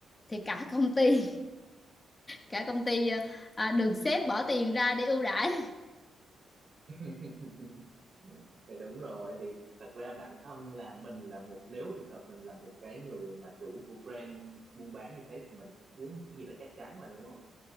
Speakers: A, on the left; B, on the right.
A: thì cả <laughs> công ty cả công ty ờ, à, được sếp bỏ tiền ra để ưu đãi
B: <laughs> thì đúng rồi thì thật ra bản thân là mình là một nếu trường hợp mình là một cái người mà chủ của brand buôn bán như thế thì mình cũng muốn một cái gì đó chắc chắn mà đúng không